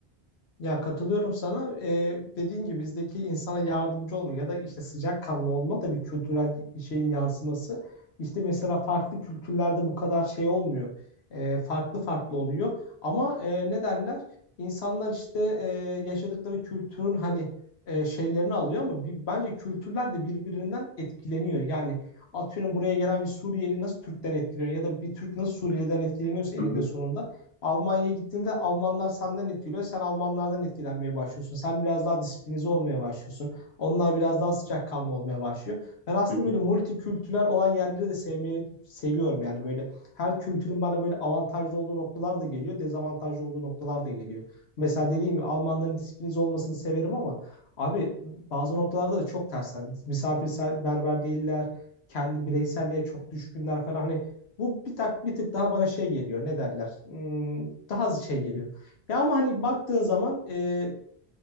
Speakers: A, on the left; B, on the left.
A: Ya katılıyorum sana. Ee, dediğin gibi bizdeki insana yardımcı olma ya da işte sıcakkanlı olma da bir kültürel şeyin yansıması. İşte mesela farklı kültürlerde bu kadar şey olmuyor. Ee, farklı farklı oluyor. Ama e, ne derler? İnsanlar işte e, yaşadıkları kültürün hani e, şeylerini alıyor ama bir, bence kültürler de birbirinden etkileniyor. Yani atıyorum buraya gelen bir Suriyeli nasıl Türk'ten etkileniyor ya da bir Türk nasıl Suriyeli'den etkileniyorsa eninde
B: Hı hı,
A: sonunda. Almanya'ya gittiğinde Almanlar senden etkiliyor. Sen Almanlardan etkilenmeye başlıyorsun. Sen biraz daha disiplinize olmaya başlıyorsun. Onlar biraz daha sıcakkanlı olmaya başlıyor. Ben aslında
B: hı hı.
A: böyle multikültürel olan yerleri de sevmeyi seviyorum. Yani böyle her kültürün bana böyle avantajlı olduğu noktalar da geliyor. Dezavantajlı olduğu noktalar da geliyor. Mesela dediğim gibi Almanların disiplinize olmasını severim ama abi bazı noktalarda da çok tersler. Misafirperver değiller. Kendi bireyselliğe çok düşkünler falan. Hani bu bir tak bir tık daha bana şey geliyor. Ne derler? Hmm, daha az şey geliyor. Ya ama hani baktığın zaman e,